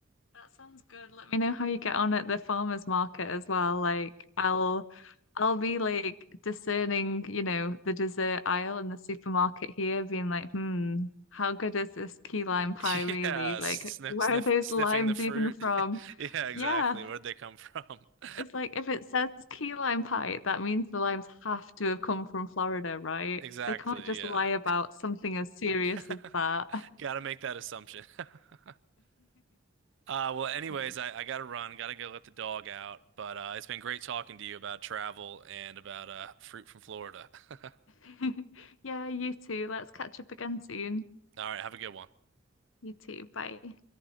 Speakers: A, on the left; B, on the right.
A: that sounds good. Let me know how you get on at the farmers market as well. Like I'll I'll be like discerning, you know, the dessert aisle in the supermarket here, being like, hmm, how good is this key lime pie
B: <laughs>
A: really?
B: Yeah,
A: Like,
B: sniff,
A: where
B: sniff,
A: are those
B: sniffing
A: limes
B: the fruit.
A: even from?
B: <laughs> Yeah, exactly.
A: Yeah.
B: Where'd they come from? <laughs>
A: It's like if it says key lime pie, that means the limes have to have come from Florida, right?
B: Exactly.
A: They can't just
B: Yeah.
A: lie about something as serious
B: <laughs>
A: as that.
B: Gotta make that assumption. <laughs> Uh, well, anyways,
A: <laughs>
B: I, I gotta run, gotta go let the dog out. But uh, it's been great talking to you about travel and about uh, fruit from Florida. <laughs> All
A: <laughs> Yeah, you too. Let's catch up again soon.
B: right, have a good one.
A: You too. Bye.